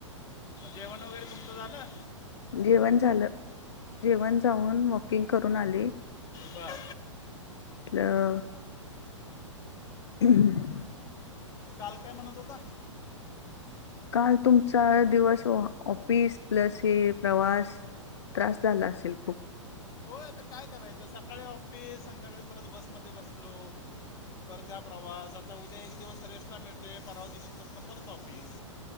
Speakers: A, on the left; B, on the left.
A: जेवण वगैरे तुमचं झालं
B: जेवण झालं जेवण जाऊन वॉकिंग करून आले
A: बार
B: म्हलं हम्
A: काल काय म्हणत होता
B: काल तुमचा दिवस ऑफिस प्लस हे प्रवास त्रास झाला असेल खूप
A: होय आता काय करायचं सकाळी ऑफिस संध्याकाळी परत बसमध्ये बसलो परत हा प्रवास आता उद्या एक दिवस रेस्टला मिळते परावा दिव शतत ना परत ऑफिस